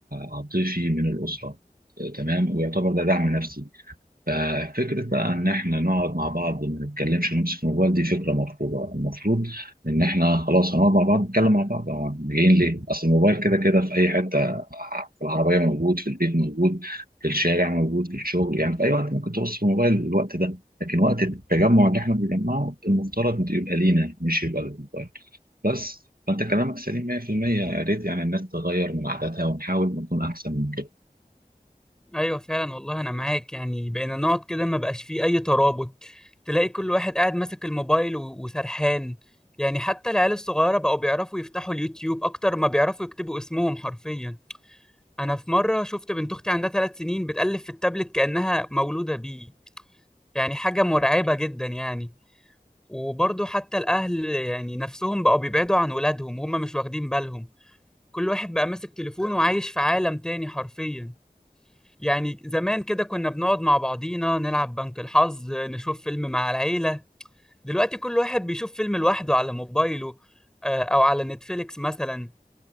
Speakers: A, on the right; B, in the centre.
A: عاطفي من الاسره آه، تمام ويعتبر ده دعم نفسي ففكرة بقى إن إحنا نقعد مع بعض ما نتكلمش ونمسك الموبايل دي فكرة مرفوضة، المفروض إن إحنا خلاص هنقعد مع بعض نتكلم مع بعض، هو إحنا جايين ليه؟ أصل الموبايل كده كده في أي حتة في العربية موجود، في البيت موجود، في الشارع موجود، في الشغل، يعني في أي وقت ممكن تبص في الموبايل الوقت ده، لكن وقت التجمع اللي إحنا بنجمعه المفترض يبقى لينا مش يبقى للموبايل، بس فأنت كلامك سليم 100% يا ريت يعني الناس تغير من عاداتها ونحاول نكون أحسن
B: ايوه فعلا والله انا معاك يعني بقينا نقعد كده ما بقاش فيه اي ترابط تلاقي كل واحد قاعد ماسك الموبايل و- وسرحان يعني حتى العيال الصغيره بقوا بيعرفوا يفتحوا اليوتيوب اكتر ما بيعرفوا يكتبوا اسمهم حرفيا انا في مره شفت بنت اختي عندها ثلاث سنين بتقلب في التابلت كانها مولوده بيه يعني حاجه مرعبه جدا يعني وبرضه حتى الاهل يعني نفسهم بقوا بيبعدوا عن ولادهم وهم مش واخدين بالهم كل واحد بقى ماسك تليفونه وعايش في عالم تاني حرفيا يعني زمان كده كنا بنقعد مع بعضينا نلعب بنك الحظ نشوف فيلم مع العيلة دلوقتي كل واحد بيشوف فيلم لوحده على موبايله آه، أو على نتفليكس مثلا